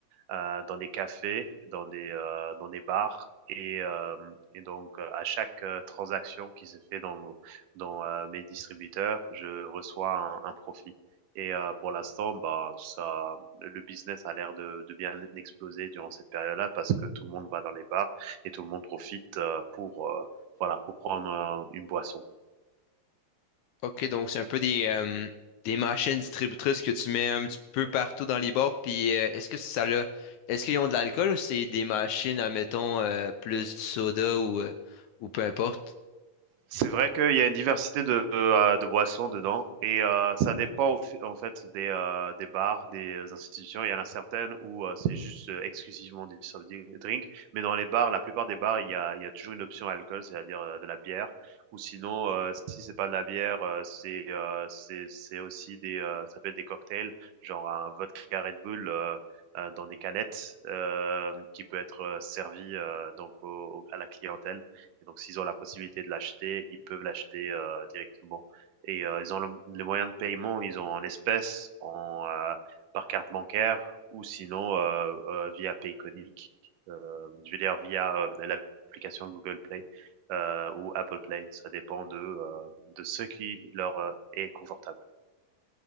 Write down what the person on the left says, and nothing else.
OK, donc c'est un peu des, euh, des machines distributrices que tu mets un petit peu partout dans les bars. Puis euh, est-ce que ça l'a, est-ce qu'ils ont de l'alcool ou c'est des machines, admettons, euh, plus du soda ou, euh, ou peu importe?